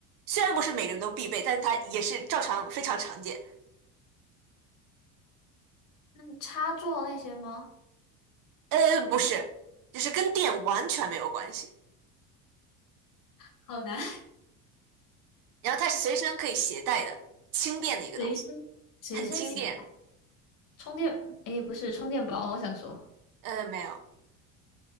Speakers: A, on the right; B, on the left.
A: 虽然不是每个人都必备，但它也是照常非常常见。
B: 那个插座那些吗？
A: 呃，不是，就是跟电完全没有关系。
B: 好难，<laughs>
A: 然后它是随身可以携带的，轻便的一个东西，
B: 随身随身携带，
A: 很轻便。
B: 充电，诶，不是充电宝，我想说
A: 呃，没有，